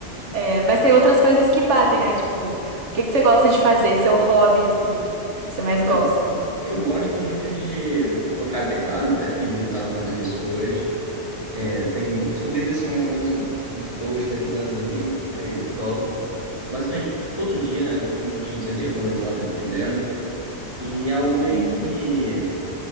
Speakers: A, on the right; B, on the right.
A: É, mas tem outras coisas que batem, né? Tipo, o que que você gosta de fazer? Seu hobby, assim, que você mais
B: Então,
A: gosta?
B: eu gosto muito de tocar teclado, até fiz, tava fazendo isso hoje. Eu tenho desenvolvido isso há mais ou menos um- uns dois, três anos ali. Aí eu topo. Basicamente todo dia, né? Alguns minutinhos ali, algumas horas, dependendo. E é algo meio
A: Uhum.
B: que.